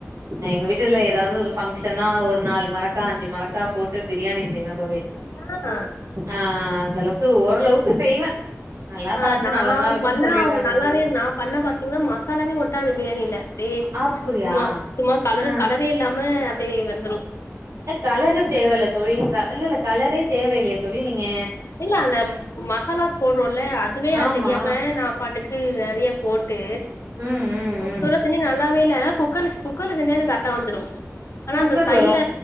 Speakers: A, on the right (about 70°); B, on the left (about 60°).
A: நா எங்க வீட்டுல எதாவ்து ஒரு ஃபங்க்ஷனா ஒரு நாலு மரக்கா அஞ்சு மரக்கா போட்டு பிரியாணி செய்வே தோழி
B: ஆ
A: ஆ அந்தளவுக்கு ஓரளவுக்கு செய்வே நல்லா
B: ஆ
A: சாப்ட்டு
B: நா
A: நல்லாதா இருக்குன்னு
B: பண்ணா
A: சொல்லியிருக்காங்க
B: நல்லாவே
A: தோழி
B: இல்ல நா பண்ண பாத்தீங்கன்னா மசாலாவே ஒட்டாது பிரியாணியில அப்டியே
A: அப்டியா
B: சும்மா சும்மா கலரு
A: ஆ
B: கலரே இல்லாம அப்டியே வந்துரு
A: கலரு தேவ இல்ல தோழி க இல்லல்ல கலரே தேவ இல்லையே தோழி நீங்க
B: இல்ல அந்த மசாலா போட்றோல அதுவே அது
A: ஆமா
B: தெரியாம நா பாட்டுக்கு நெறைய போட்டு
A: ம் ம் ம்
B: சோறா செஞ்சு நல்லாவே இல்ல ஆனா குக்கர் குக்கர்ல செஞ்சா எனக்கு கர்ட்டா வந்துரு ஆனா
A: குக்கர்
B: இந்த ஃபைல
A: வரு